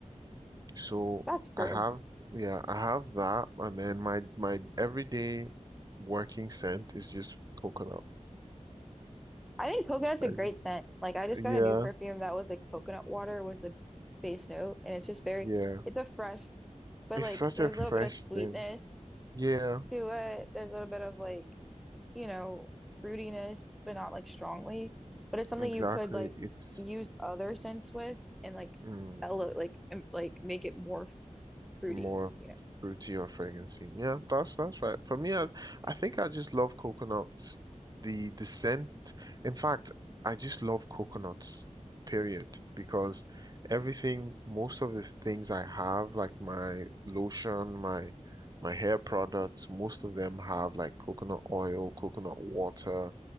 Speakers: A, on the right; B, in the centre.
A: So
B: That's true.
A: I have, yeah, I have that, and then my my everyday working scent is just coconut.
B: I think coconut's a
A: I
B: great
A: just-
B: scent. Like I just
A: yeah,
B: got a new perfume that was like coconut water was the base note and it's just very
A: yeah,
B: it's a fresh but
A: it's
B: like
A: such
B: there's
A: a fresh
B: a little bit of sweetness
A: scent. Yeah,
B: to it. There's a little bit of like, you know, fruitiness, but not like strongly. But it's something
A: exactly.
B: you could like
A: It's.
B: use other scents with and like
A: mm.
B: elo like and, like make it more fruity,
A: more
B: you know.
A: fruity or fragrancy. Yeah, that's that's right. For me, I, I think I just love coconuts. The the scent. In fact, I just love coconuts, period, because everything, most of the things I have, like my lotion, my my hair products, most of them have like coconut oil, coconut water